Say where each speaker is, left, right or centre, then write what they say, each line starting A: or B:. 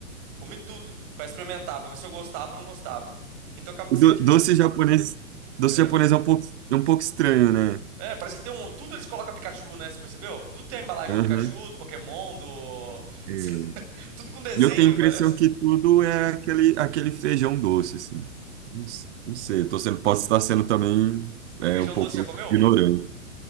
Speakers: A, on the right; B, on the right.
A: Comi tudo pra experimentar, pra ver se eu gostava ou não gostava. Então acaba que
B: do-
A: você, tipo.
B: Doce japonês, doce
A: É,
B: japonês é um pouco, é um pouco estranho, né?
A: É, parece que tem um. Tudo eles colocam Pikachu, né? Você percebeu? Tudo tem a embalagem
B: Aham.
A: do Pikachu, do Pokémon, do.
B: É.
A: <laughs> Tudo com desenho,
B: E eu tenho a impressão
A: parece.
B: que tudo é aquele, aquele feijão doce, assim. Não, s- não sei, tô sendo, posso estar sendo também
A: O
B: é,
A: feijão
B: um pouco
A: doce já comeu?
B: ignorante.